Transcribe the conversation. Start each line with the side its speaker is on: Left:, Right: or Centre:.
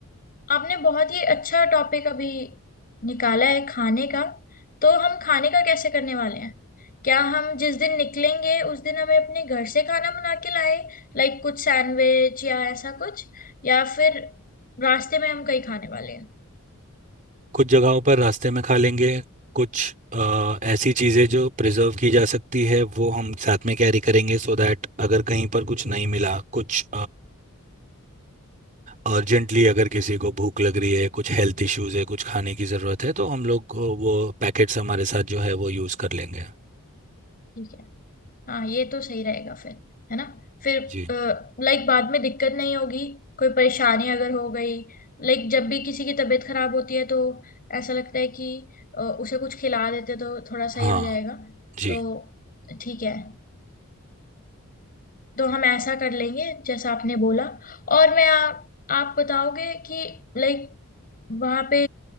Left: आपने बहुत ही अच्छा टॉपिक अभी निकाला है खाने का तो हम खाने का कैसे करने वाले हैं क्या हम जिस दिन निकलेंगे उस दिन हमें अपने घर से खाना बना के लाए लाइक कुछ सैंडविच या ऐसा कुछ या फिर रास्ते में हम कहीं खाने वाले हैं
Right: कुछ जगहों पर रास्ते में खा लेंगे कुछ अ, ऐसी चीज़ें जो प्रिजर्व की जा सकती है वो हम साथ में कैरी करेंगे सो दैट अगर कहीं पर कुछ नहीं मिला कुछ अर्जेंटली अगर किसी को भूख लग रही है कुछ हेल्थ इश्यूज है कुछ खाने की ज़रूरत है तो हम लोग को वो पैकेट्स हमारे साथ जो है वो यूज़ कर लेंगे
Left: ठीक है हाँ ये तो सही रहेगा फिर है ना फिर
Right: जी
Left: लाइक बाद में दिक्कत नहीं होगी कोई परेशानी अगर हो गई लाइक जब भी किसी की तबीयत खराब होती है तो ऐसा लगता है कि अ, उसे कुछ खिला देते तो थोड़ा सही
Right: हाँ
Left: हो जाएगा
Right: जी
Left: तो ठीक है तो हम ऐसा कर लेंगे जैसा आपने बोला और मैं आ, आप बताओगे कि लाइक वहां पे